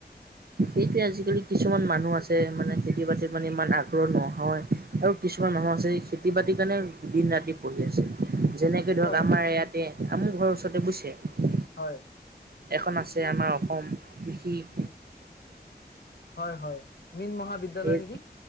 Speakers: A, on the right; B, on the left.
A: সেইটোৱে আজিকালি কিছুমান মানুহ আছে মানে খেতি বাতিত মানে ইমান আগ্ৰহ নহয় আৰু কিছুমান মানুহ আছে খেতি বাতিৰ কাৰণে দিন ৰাতি পঢ়ি আছে। যেনেকে ধৰক
B: হয়
A: আমাৰ ইয়াতে আমাৰ ঘৰৰ ওচৰতে বুইছে
B: হয়
A: এখন আছে আমাৰ অসম কৃষি ।
B: উ হয় হয় মীন মহাবিদ্যালয়
A: এই
B: নেকি।